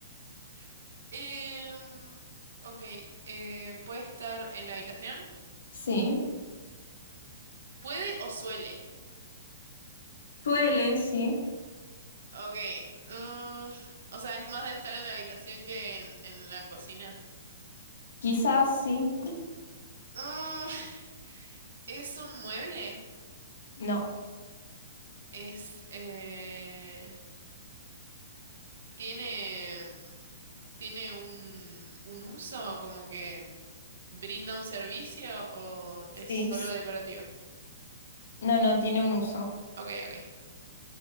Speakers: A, on the right; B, on the left.
A: <laughs> Em, ok. eh, ¿puede estar en la habitación?
B: Sí.
A: ¿Puede o suele?
B: Suele, sí.
A: Ok. mm, o sea, es más de estar en la habitación que en, en la cocina.
B: Quizás sí.
A: Mm, <laughs> ¿es un mueble?
B: No.
A: es, eh, tiene, tiene un, un uso, como que brinda un servicio o es
B: Sí.
A: solo decorativo.
B: No, no, tiene un uso.
A: Ok, ok.